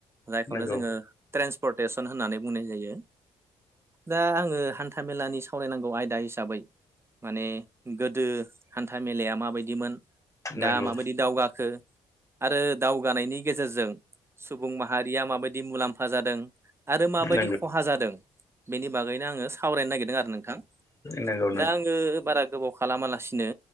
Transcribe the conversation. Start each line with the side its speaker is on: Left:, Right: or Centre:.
Right: जायखौनो
Left: नंगौ
Right: जोङो ट्रेन्सपर्टेसन होननानै बुंनाय जायो दा आङो हान्था मेलानि सावरायनांगौ आयदा हिसाबै माने गोदो हान्था मेलाया माबायदिमोन दा
Left: नंगौ
Right: माबायदि दावगाखो आरो दावगानायनि गेजेरजों सुबुं माहारिया माबायदि मुलाम्फा जादों आरो माबायदि
Left: नंगौ
Right: खहा जादों बेनि बागैनो आङो सावरायनो नागिरदों आरो नोंथां
Left: नंगौ
Right: दा आङो बारा गोबाव खालामालासिनो